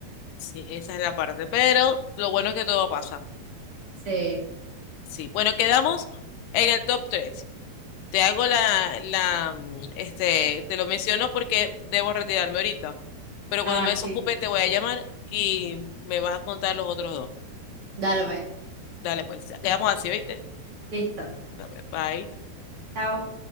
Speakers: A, on the left; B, on the right.
A: Sí, esa es la parte, pero lo bueno es que todo pasa.
B: Sí.
A: Sí, bueno, quedamos en el top 3. Te hago la, la, mm, este, te lo menciono porque debo retirarme ahorita, pero
B: Ah,
A: cuando me desocupe
B: sí.
A: te voy a llamar y me vas a contar los otros dos.
B: Dale, pues.
A: Dale, pues, quedamos así, ¿viste?
B: Listo.
A: Dale, Bye.
B: Chao.